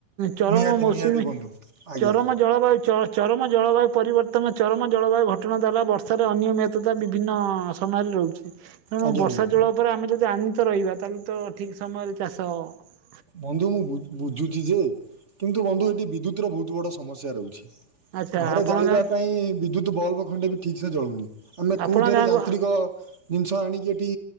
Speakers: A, on the right; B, on the right.
A: ଚରମ
B: ନିହାତି
A: ମୌସୁମୀ
B: ନିହାତି ବନ୍ଧୁ ଆଜ୍ଞା
A: ଚରମ ଜଳବାୟୁ ଚ ଚରମ ଜଳବାୟୁ ପରିବର୍ତ୍ତନ ଚରମ ଜଳବାୟୁ ଘଟଣା ଦ୍ୱାରା ବର୍ଷାରେ ଅନିୟମିତତା ବିଭିନ୍ନ ସମୟରେ ରହୁଛି। ତେଣୁ
B: ଆଜ୍ଞା
A: ବର୍ଷା
B: ବନ୍ଧୁ
A: ଜଳ ଜାଣି ତ ରହିବା ତାହେଲେ ତ ଠିକ ସମୟରେ ଚାଷ ହବ।
B: ବନ୍ଧୁ ମୁଁ ବୁଝୁଛି ଯେ କିନ୍ତୁ ବନ୍ଧୁ ଏଠି ବିଦ୍ୟୁତ ର ବହୁତ ବଡ ସମସ୍ୟା ରହୁଛି।
A: ଆଚ୍ଛା
B: ଘରେ
A: ଆପଣ
B: ଜାଳିବା
A: ଗାଁ
B: ପାଇଁ ବିଦ୍ୟୁତ ବଲବ ଖଣ୍ଡେ ବି ଠିକ ସେ ଜଳଉନି ଆମେ
A: ଆପଣ
B: କୋଉଥରେ
A: ଗାଁକୁ
B: ଯାନ୍ତ୍ରିକ ଜିନିଷ ଆଣିକି ଏଠି